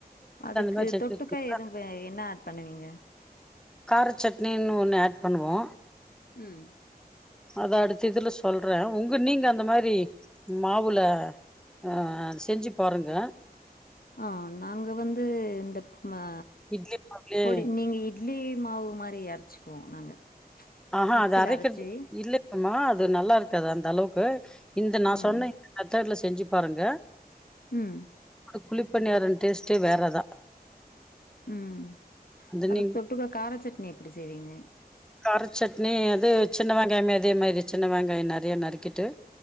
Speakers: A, on the left; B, in the centre.
A: அதுக்கு
B: மாரி செஞ்சிருக்கீங்களா
A: தொட்டுக்க எது வே என்ன ஆட் பண்ணுவீங்க
B: கார சட்னீன்னு ஒன்னு ஆட் பண்ணுவோ
A: ம்
B: அத அடுத்த இதுல சொல்றே உங்க நீங்க அந்த மாரி மாவுல ஆ செஞ்சு பாருங்க
A: ஆ நாங்க வந்து இந்த ம
B: இட்லி மாவுலயே
A: பொடி நீங்க இட்லி மாவு மாரி அர ச்சிக்குவோ நாங்க
B: ஆஹா
A: மிக்சில
B: அது அரைக்கற்து
A: அரச்சு
B: இல்லங்கம்மா அ து நல்லாருக்காது அந்தளவ்க்கு இந்த நா
A: ம்
B: சொன்னே <unintelligible> செஞ்சு பாருங்க
A: ம்
B: குளிப்பனியாரம் டேஸ்ட்டே வேறதா
A: ம்
B: அது
A: அதுக்கு
B: நீங்
A: தொட்டுகா காரச்சட் நீ எப்படி செய்வீங்க
B: கார சட்னி அது சின்ன வெங்காயமே அதே மாரி சின்ன வெங்காய நெறைய நறுக்கிட்டு